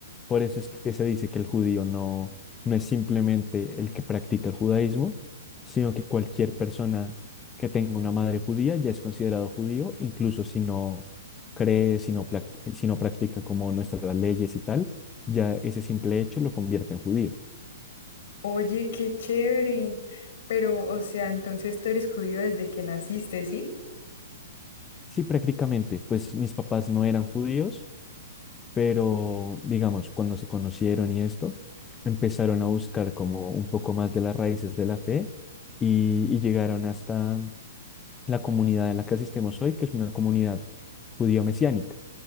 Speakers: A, on the left; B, on the left.
A: Por eso es que se dice que el judío no, no es simplemente el que practica el judaísmo, sino que cualquier persona que tenga una madre judía ya es considerado judío, incluso si no cree, si no, plac- si no practica como nuestras leyes y tal, ya ese simple hecho lo convierte en judío.
B: Oye, qué chévere. Pero, o sea, entonces tú eres judío desde que naciste, ¿sí?
A: Sí, prácticamente, pues mis papás no eran judíos pero digamos, cuando se conocieron y esto, empezaron a buscar como un poco más de las raíces de la fe y, y llegaron hasta la comunidad en la que asistimos hoy, que es una comunidad judío-mesiánica,